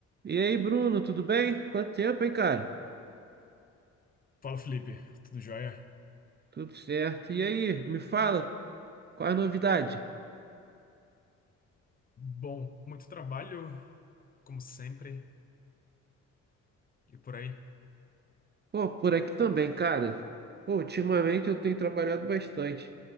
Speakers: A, on the right (about 35°); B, on the left (about 30°).
A: E aí, Bruno, tudo bem? Quanto tempo, hein, cara?
B: Fala, Felipe. Tudo jóia?
A: Tudo certo. E aí, me fala, qual é a novidade?
B: Bom, muito trabalho, como sempre, e por aí.
A: Pô, por aqui também, cara. Pô, ultimamente eu tenho trabalhado bastante.